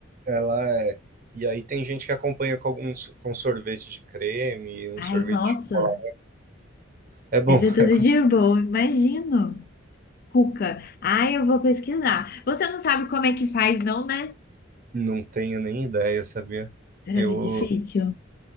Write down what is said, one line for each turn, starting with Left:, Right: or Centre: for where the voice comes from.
Right: Ela é. E aí tem gente que acompanha com alguns com sorvete de creme, um
Left: Ai,
Right: sorvete.
Left: nossa,
Right: de chocolate. É bom,
Left: mas é tudo
Right: <laughs> é gostoso.
Left: de bom, imagino. Cuca. Ai, eu vou pesquisar. Você não sabe como é que faz, não, né?
Right: não tenho nem ideia, sabia?
Left: Será
Right: Eu.
Left: que é difícil?